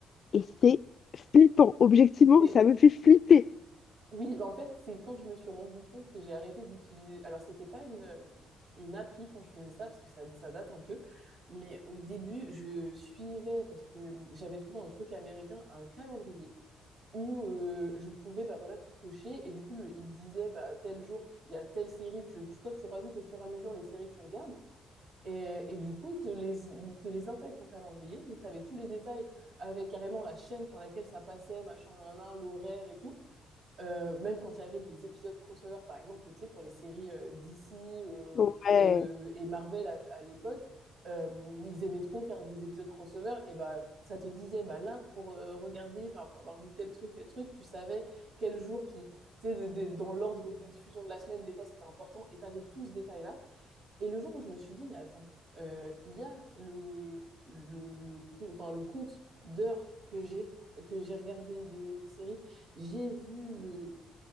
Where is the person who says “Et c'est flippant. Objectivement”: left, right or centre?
Left